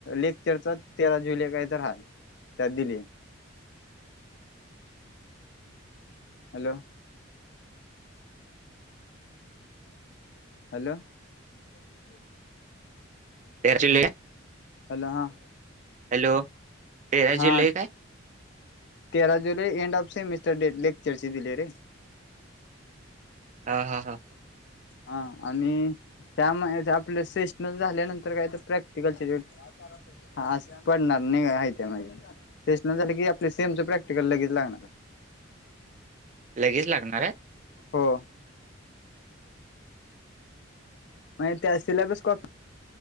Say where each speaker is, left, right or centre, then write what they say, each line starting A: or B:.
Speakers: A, on the left; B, on the right.
A: लेक्चरचा तेरा जुलै काही तर हाय. त्यात दिली आहे. हॅलो. हॅलो. क
B: ह्याचीले.
A: हॅलो हा.
B: हॅलो. तेरा
A: हा
B: जुलै काय?
A: तेरा जुलै एंड ऑफ सेमिस्टर डेट लेक्चरची दिले रे.
B: हा हा हा.
A: हा आणि त्यामुळे आपलं सेशनल झाल्यानंतर काय तर प्रॅक्टिकलचे हास पडणार निघ आहे त्या मागे. सेश झाले की आपल्या सेमच प्रॅक्टिकल लगेच लागणार आहे.
B: लगेच लागणार आहे?
A: हो. माय त्या सिलेबस कॉप